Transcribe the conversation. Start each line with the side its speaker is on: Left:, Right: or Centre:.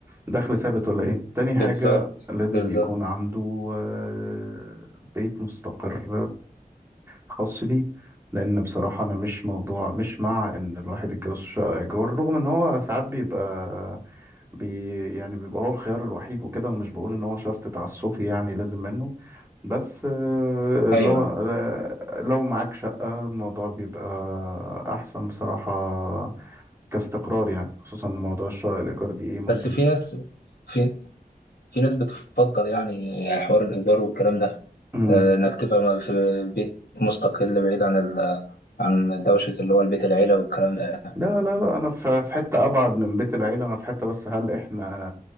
Right: دخل ثابت ولا إيه تاني
Left: بالظبط
Right: حاجة لازم
Left: بالظبط
Right: يكون عنده آه، بيت مستقر خاص بيه لان بصراحه انا مش موضوع مش مع ان الواحد يتجوز في شقه ايجار رغم ان هو ساعات بيبقى بي يعني بيبقى هو الخيار الوحيد وكده ومش بقول ان هو شرط تعسفي يعني لازم منه بس آه،
Left: ايوه
Right: لو آه، لو معاك شقه الموضوع بيبقى احسن بصراحه كاستقرار يعني خصوصا ان موضوع الشقه الايجار دي ايه ممكن
Left: بس في ناس في في ناس بتفضل يعني حوار الإيجار والكلام ده
Right: مم.
Left: آه، انك تبقى م- في بيت مستقل بعيد عن ال... عن دوشة اللي هو البيت العيلة والكلام ده
Right: لا لا لا انا في في حته ابعد من بيت العيله انا في حته بس هل احنا